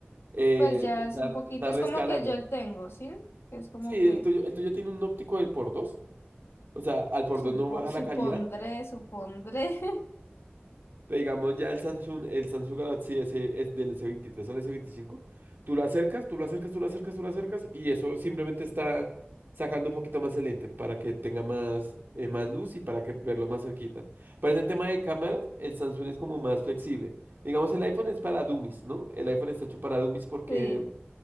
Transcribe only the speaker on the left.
Pues ya
es un poquito,
es
como que yo el tengo, ¿sí? Es como
que
supo,
supondré,
supondré. <laughs>
Sí,